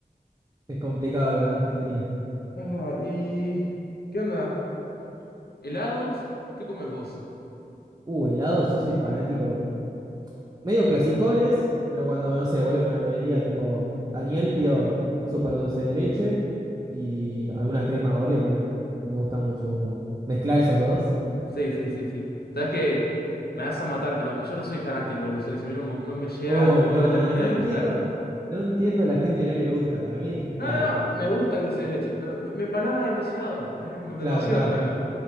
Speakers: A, on the right (about 25°); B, on the left (about 80°).
A: Es complicado acá en Argentina.
B: Ah, ¿y qué onda? ¿Helados? ¿Qué comes vos?
A: Uh, helado, yo soy fanático. medio clasicones, pero cuando, no sé, voy a una heladería tipo Daniel, pido súper dulce de leche y alguna crema Oreo también. Me gusta mucho como mezclar esos dos.
B: Sí, sí, sí, sí. Sabes que me vas a matar, pero yo no soy fanático del dulce de leche. A mí no, me- no me llega,
A: Uy,
B: no
A: no,
B: me termina
A: no, no
B: de
A: entiendo.
B: gustar.
A: No entiendo a la gente que no le gusta. Para mí es clave,
B: No, no, no,
A: tipo.
B: me gusta el dulce de leche, pero me, me empalaga demasiado. Es dem- demasiado
A: Claro, claro.
B: para mí.